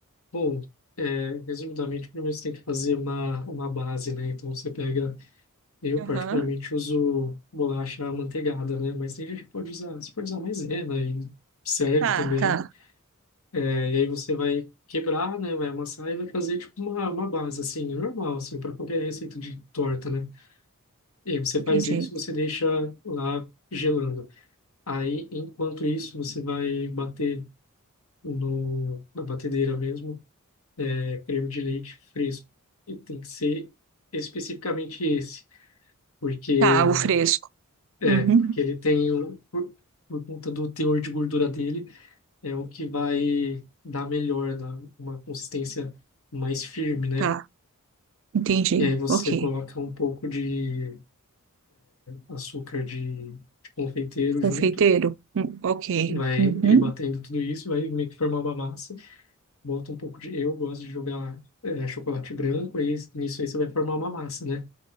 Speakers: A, on the left (about 65°); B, on the right (about 60°).
A: Bom, é, resumidamente, primeiro você tem que fazer uma, uma base, né? Então você pega, eu
B: Aham.
A: particularmente uso bolacha amanteigada, né? Mas tem gente que pode usar, você pode usar maisena e serve
B: Tá,
A: também.
B: tá.
A: É, e aí você vai quebrar, né? Vai amassar e vai fazer tipo uma, uma base, assim, normal, assim, para qualquer receita de torta, né? E aí você
B: Entendi.
A: faz isso, você deixa lá gelando. Aí, enquanto isso, você vai bater no, na batedeira mesmo creme de leite fresco. E tem que ser especificamente esse, porque
B: Tá, o fresco.
A: é,
B: Uhum.
A: porque ele tem o- por, por conta do teor de gordura dele, é o que vai dar melhor, dar uma consistência mais firme, né?
B: Tá, entendi.
A: E aí você
B: Ok.
A: coloca um pouco de açúcar de, de confeiteiro
B: Confeiteiro?
A: junto,
B: Hum, ok.
A: vai
B: Uhum.
A: ir batendo tudo isso, vai meio que formar uma massa. Bota um pouco de, eu gosto de jogar é, chocolate branco, aí nisso aí você vai formar uma massa, né?